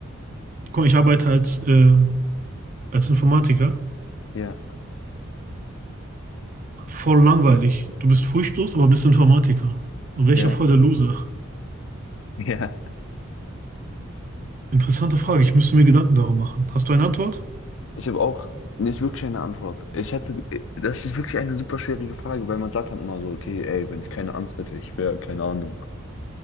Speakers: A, on the right; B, on the left.
A: Guck mal, ich arbeite als, äh, als Informatiker.
B: ja,
A: Voll langweilig. Du bist furchtlos, aber bist Informatiker. Und welcher
B: ja,
A: voll der Loser?
B: <laughs> ja.
A: Interessante Frage. Ich müsste mir Gedanken darum machen. Hast du eine Antwort?
B: Ich habe auch nicht wirklich eine Antwort. Ich hätte, das ist wirklich eine super schwierige Frage, weil man sagt dann immer so, okay, ey, wenn ich keine Angst hätte, ich wäre, keine Ahnung,